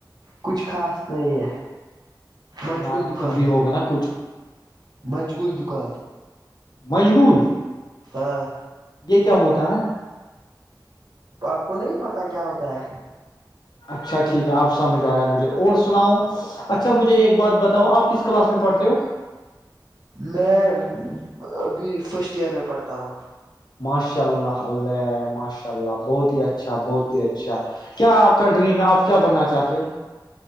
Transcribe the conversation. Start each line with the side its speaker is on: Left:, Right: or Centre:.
Right: کچھ خاص نہ ہے منجگل
Left: ن
Right: دکان
Left: پھر بھی
Right: ہے
Left: ہوگا نا کچھ
Right: منجگل دکان
Left: مشغول
Right: ہاں
Left: یہ کیا ہوتا کتا
Right: آپ کو نہیں پتا کیا ہوتا ہے
Left: اچھا ٹھیک ہے آپ سمجھ آئےیا مجھے اور سناؤ اچھا مجھے ایک بات بتاؤ آپ کس کلاس میں پڑھتے ہو
Right: میں ابھی فرسٹ ایئر میں پڑھتا ہوں
Left: ماشاء اللہ ماشاء اللہ بہت ہی اچھا بہت ہی اچھا کیا آپ کا ڈریم ہے آپ کیا بننا چاہتے ہو